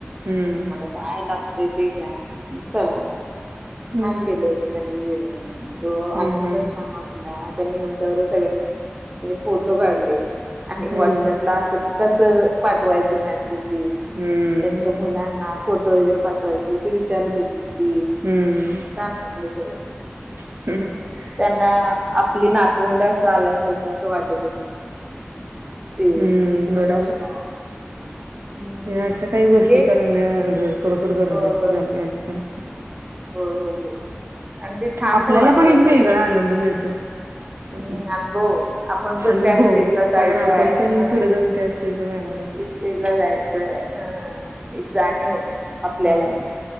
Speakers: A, on the right (about 75°); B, on the right (about 20°).
A: हम्म.
B: काय लागतय ते घ्या. आणि करा. छान
A: हम्म,
B: केलं होत त्यांनी जेवण.
A: हम्म,
B: आनंद पण छान वाटत. हा त्यांनी आमच्या बरोबर सगळ्यांनी म्हणजे फोटो काढले आणि
A: हम्म,
B: वॉट्सअपला अस कस पाठवायचं मेसेजेस
A: हम्म.
B: त्यांच्या मुलांना फोटो वगैरे पाठवायचं ते विचारत होते ती.
A: हम्म.
B: छान वाटले खरं.
A: <unintelligible>
B: त्यांना आपली नातवंड असं आल्यासारखं असं वाटत. ते
A: हम्म,
B: वृद्धाश्रमात.
A: बरोबर.
B: हम्म
A: या अशा काही गोष्टी
B: हेच
A: करण्या खरोखर गरजेचं
B: हो हो
A: झालंय आजकाल.
B: हो हो हो. आणि ते छान
A: आपल्याला
B: पण वाटतय
A: एक
B: सगळ्यांना.
A: वेगळा आनंद मिळतोय. त्यातनं.
B: हम्म. अनुभव आपण पण
A: अनुभव
B: त्या स्टेजला जायचय
A: कारण आपण पण
B: हं.
A: पुढे जाऊन त्या स्टेजला जाणार असतो.
B: स्टेज ला जायचंय. अ एक जाणीव आपल्यालाच.
A: होय,